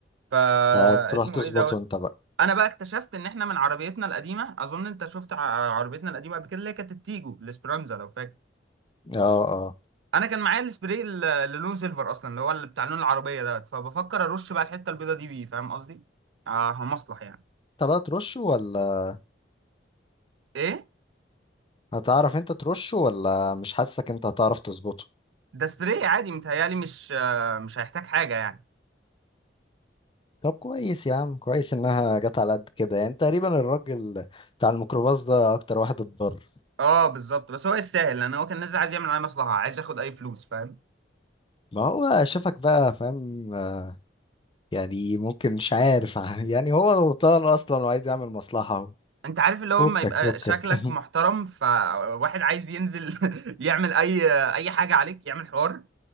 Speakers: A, on the right; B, on the left.
A: فا
B: فتروح
A: اسمه
B: تظبطه
A: ايه دوت
B: انت بقى
A: انا بقى اكتشفت ان احنا من عربيتنا القديمه اظن انت شفت ع- عربيتنا القديمه قبل كده اللي هي كانت التيجو الاسبرانزا لو فاكر
B: اه اه
A: انا كان معايا السبراي ال- اللي لونه سيلفر اصلا اللي هو اللي بتاع لون العربيه دوت فبفكر ارش بقى الحته البيضه دي بيه فاهم قصدي اه مصلح يعني
B: انت بقى ترشه ولا
A: ايه
B: هتعرف انت ترشه ولا مش حاسك انت هتعرف تظبطه
A: ده سبراي عادي متهيالي مش آه، مش هيحتاج حاجه يعني
B: طب كويس يا عم كويس انها جت على قد كده يعني تقريبا الراجل بتاع الميكروباص ده اكتر واحد اتضرر
A: اه بالظبط بس هو يستاهل لان هو كان نازل عايز يعمل معايا مصلحه عايز ياخد اي فلوس فاهم
B: ما هو شافك بقى فاهم آه، يعني ممكن مش عارف <laughs> يعني هو غلطان اصلا وعايز يعمل مصلحة
A: انت عارف اللي هو
B: فكك
A: لما يبقى
B: فكك
A: شكلك محترم فواحد عايز ينزل <laughs> يعمل اي اي حاجه عليك يعمل حوار